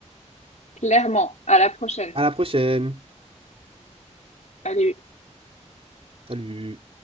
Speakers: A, on the left (about 70°); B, on the right (about 50°).
A: clairement. À la prochaine.
B: À la prochaine.
A: Allez.
B: Salut.